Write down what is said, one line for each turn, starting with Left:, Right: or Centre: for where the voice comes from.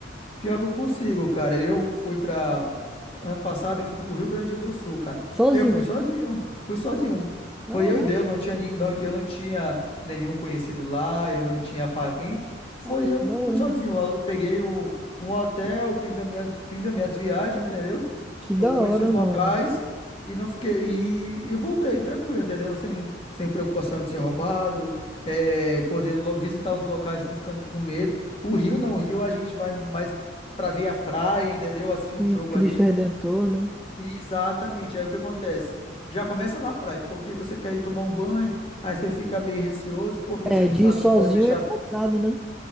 Left: Pior que eu consigo, cara. Eu fui pra. Ano passado eu fui pro Rio Grande do Sul, cara.
Centre: Sozinho.
Left: Eu fui sozinho, fui sozinho.
Centre: Caraca.
Left: Foi eu e Deus, não tinha, ni- não, eu não tinha nenhum conhecido lá, eu não tinha parente. Foi
Centre: Cara,
Left: eu,
Centre: que da hora.
Left: fui sozinho. Eu peguei o, um hotel, fiz as minhas, fiz as minhas viagens, entendeu?
Centre: Que
Left: Fui-
Centre: da
Left: conheci
Centre: hora,
Left: os locais
Centre: mano.
Left: e não fiquei. E, e voltei tranquilo, entendeu? Sem, sem preocupação de ser roubado, é, podendo lo- visitar os locais e não ficando com medo. O Rio não, o Rio a gente vai mais para ver a praia, entendeu? Assistir
Centre: Sim,
Left: um jogo
Centre: Cristo
Left: ali.
Centre: Redentor, né?
Left: E Exatamente. Aí o que acontece? Já começa na praia, porque você quer ir tomar um banho, aí você fica meio receoso, porque
Centre: É,
Left: você não
Centre: de
Left: sabe
Centre: ir sozinho
Left: se pode deixar
Centre: é embaçado, né?